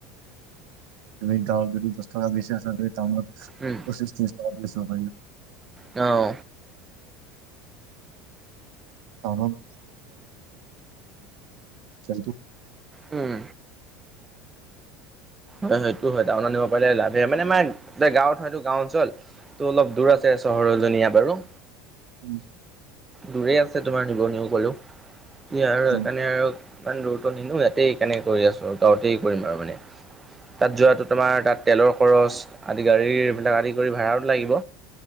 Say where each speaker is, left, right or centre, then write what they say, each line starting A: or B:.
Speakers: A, on the right; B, on the right.
A: তুমি গাঁৱত যদি দচ টকা বেছি আছে টাউনত
B: উম।
A: পশিচ টিছ টকাত বেচিব পাৰি।
B: অহ।
A: টাউনত <inaudible>
B: উম। হয় সেইটো হয় টাউনত নিব পাৰিলে লাভে মানে মানে আমাৰ গাঁৱত হয়টো গাওঁ অঞ্চল তো অলপ দূৰ আছে চহৰৰ জনীয়া বাৰু।
A: ওম।
B: দূৰে আছে তোমাৰ নিবন সকলো কি আৰু
A: অ
B: সেইকাৰণে আৰু ইমান দূৰত্ব নিনো ইয়াতেই কেনেকে কৰি আছো গাঁৱতেই কৰিম আৰু মানে। তাত যোৱাটো তোমাৰ তাত তেলৰ খৰচ আদি গাড়ীৰবিলাক আদি কৰি ভাড়াটো লাগিব।